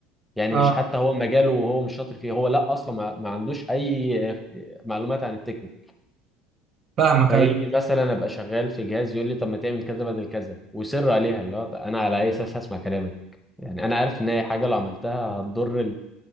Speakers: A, in the centre; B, on the right.
A: يعني
B: اه
A: مش حتى هو مجاله وهو مش شاطر فيه هو لا اصلا ما, ما عندوش اي معلومات عن التكنيكال
B: فاهمك
A: فيجي
B: ايوه
A: مثلا ابقى شغال في جهاز يقول لي طب ما تعمل كذا بدل كذا ويصر عليها اللي هو طب انا على اي اساس هسمع كلامك يعني انا عارف ان هي حاجه لو عملتها هتضر